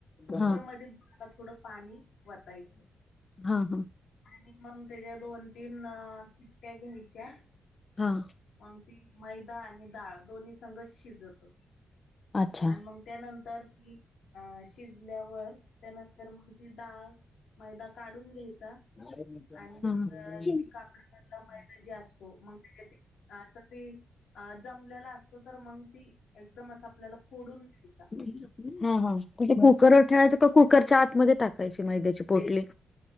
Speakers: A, on the left; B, on the left.
A: कुकर
B: हां,
A: मध्ये तळाला थोडं पाणी वतायचं.
B: हा, हा.
A: आणि मग त्याच्या दोन- तीन शिट्ट्या घ्यायच्या.
B: हा.
A: मंग ती मैदा आणि डाळ दोन्ही संघस शिजंत
B: अच्छा.
A: आणि मंग त्यानंतर ती अं शिजल्यावर, त्यानंतर मग डाळ मैदा काढून घ्यायचा,
B: हां,
A: आणि मंग
B: हां,
A: ती कापडमधला मैदा जे असतो, मग असं ती अ जमलेला असतो तर, मग ती एकदम असा आपल्याला फोडून घ्यायचा.
B: हा, हा. ते कुकरवर ठेवायचं का? कुकरच्या आतमध्ये टाकायची मैद्याची पोटली.?